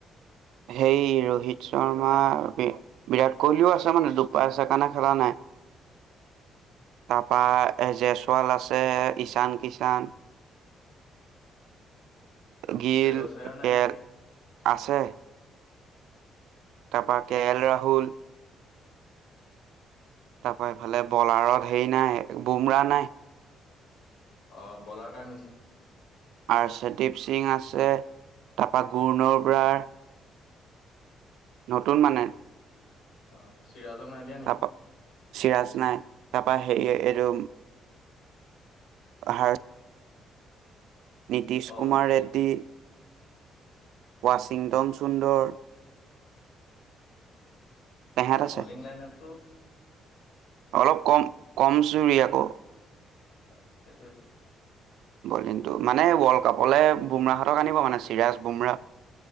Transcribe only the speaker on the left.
চেৰ চেৰ
নাই নি
অ বলা কাক নিচা
অহ চিৰাজক নাই দিয়া নেকি?
অ
বলিং লাইনাপ টো
অহ, হেটুৱেটো।